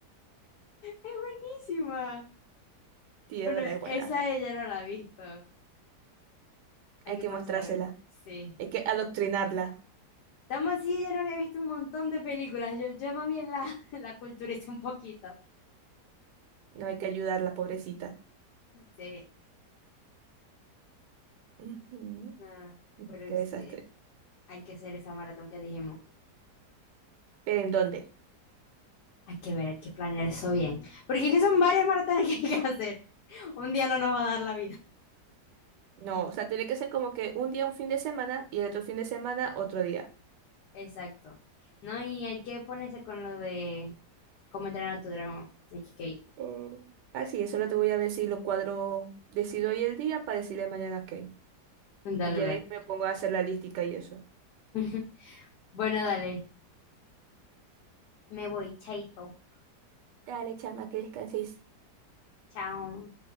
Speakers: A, on the left (about 75°); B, on the right (about 80°).
A: es buenísima.
B: Sí,
A: Bueno,
B: es verdad, es buena.
A: esa ella no la ha visto. Hay
B: Hay
A: que
B: que
A: ponerse
B: mostrársela.
A: a ver. Sí.
B: Hay que adoctrinarla.
A: Estamos así, yo no había visto un montón de películas. Yo, yo más bien la, <laughs> la culturé un poquito.
B: No hay que ayudarla, pobrecita.
A: Sí,
B: Ujú.
A: no, pero
B: Qué
A: sí,
B: desastre.
A: hay que hacer esa maratón que dijimos.
B: ¿Pero en dónde?
A: Hay que ver, hay que planear eso bien. Porque es que son varias maratones <laughs> que hay que hacer. Un día no nos va a dar la vida.
B: No, o sea, tiene que ser como que un día un fin de semana y el otro fin de semana otro día.
A: Exacto. No, y hay que ponerse con lo de cómo entrenar a tu dragón de Kikei.
B: Eh, ah, sí, eso lo te voy a ver si lo cuadro, decido hoy el día para decirle mañana qué.
A: Dale,
B: Y ya
A: pues.
B: de ahí me pongo a hacer la lística y eso.
A: <laughs> Bueno, dale. Me voy, chaito.
B: Dale, chama, que descanses.
A: Chao.